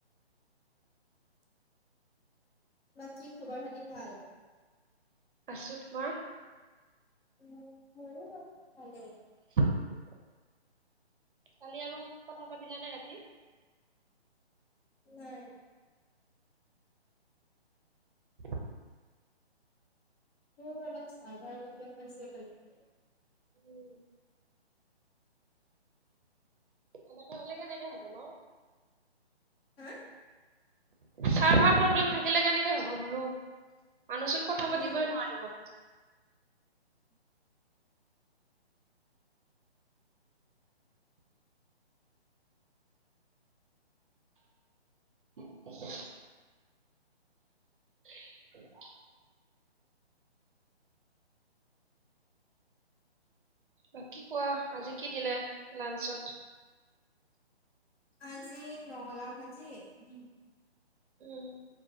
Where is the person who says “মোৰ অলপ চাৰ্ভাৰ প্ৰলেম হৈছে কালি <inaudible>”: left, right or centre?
Left